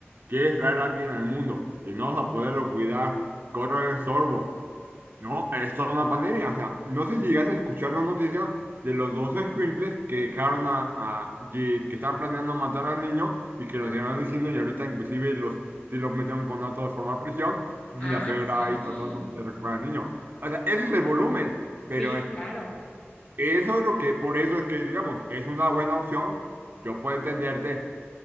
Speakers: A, on the right; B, on the left.
A: quieres traer a alguien al mundo, que no vas a poderlo cuidar, corre el sorbo, no, es toda una pandemia. O sea, no sé si llegas a escuchar la noticia de los dos escuincles que dejaron a, a- que, que estaban planeando matar al niño y que los llevan diciendo y ahorita inclusive los, sí los metieron con datos de forma prisión y
B: ah,
A: la suegra
B: sí,
A: ahí está tratando de recuperar al niño. O sea, ese es el volumen,
B: sí,
A: pero eh,
B: claro.
A: eso es lo que, por eso es que, digamos, es una buena opción. Yo puedo entenderte